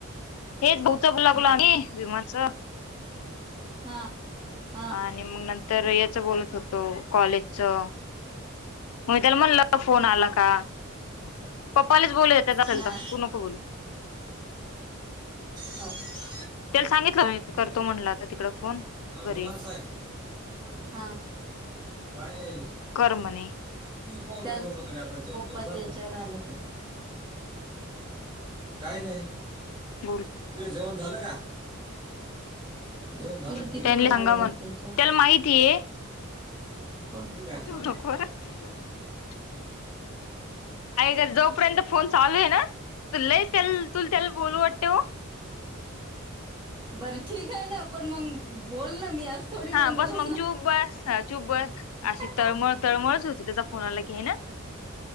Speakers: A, on the left; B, on the right.
A: हेच <inaudible> लागलो
B: हा
A: आम्ही विमाचं
B: हा हा!
A: आणि मग नंतर याचं बोलत होतो कॉलेजचं. मग त्याला म्हणलं फोन आला का? पप्पालेच बोलूदे त्याच असेल
B: हा
A: तर, तू नको बोलू.
B: हो <inaudible>
A: त्याला सांगितलं मी, करतो म्हटलं आता तिकड फोन.
B: हा
A: घरी
B: बोला ना साहेब, हा काय नाय.
A: कर म्हणे.
B: पप्पा त्याच्यावर आला त्याचा <inaudible> काही नाही,
A: बोल
B: तुझे जेवण झालं का? जेवण झालं. किती
A: त्यांनी
B: वेळा बोलायला
A: सांगा म्हण
B: लागत विचार.
A: त्याला माहितीय
B: कोण ठीक आहे
A: <unintelligible>
B: तू आली
A: ऐ का जोपर्यंत फोन चालू आहे ना लय त्याला चुलत्याला बोलू वाटते हो.
B: बर ठीक आहे ना, पण मंग बोल ना मी अस थोडी
A: हा
B: बोलतोस
A: बस मग चूप बस हा चूप बस अशी
B: <inaudible>
A: तळमळ, तळमळच, होती त्याच्या फोनाला की आहे ना.